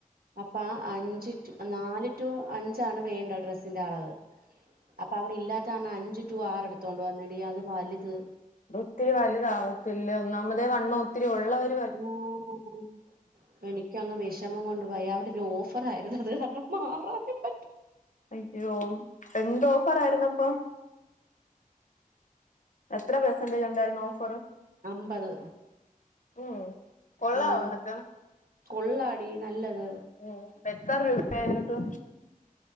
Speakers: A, on the right (about 90°); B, on the left (about 60°).
A: അപ്പ അഞ്ച് ടു നാല് ടു അഞ്ചാണ് വേണ്ടത് ഡ്രസ്സിന്റെ അളവ് അപ്പൊ അവിടെ ഇല്ലാത്ത കാരണം അഞ്ച് ടു ആറ് എടുത്തോണ്ട് വന്നെടീ അത് വല്ത്
B: ഒത്തിരി വല്താവത്തില്ല ഒന്നാമതെ വണ്ണൊ ഒത്തിരി ഉള്ളവര്
A: <inaudible> എനിക്കങ്ങ് വെഷമം കൊണ്ട് വയ്യ അവിടൊരു ഓഫർ ആയിരുന്നു അത് കാരണം മാറാനും പറ്റ
B: അയ്യോ എന്ത് ഓഫറായിരുന്ന് അപ്പൊ എത്ര പെർസെന്റേജ് ഉണ്ടായിരുന്നു ഓഫറ്
A: അമ്പത്
B: ഓഹ് കൊള്ളാവോ
A: ഉം
B: എന്നിട്ട്
A: കൊള്ളാടി നല്ലത്
B: ഉം എത്ര രൂപായി നിനക്ക്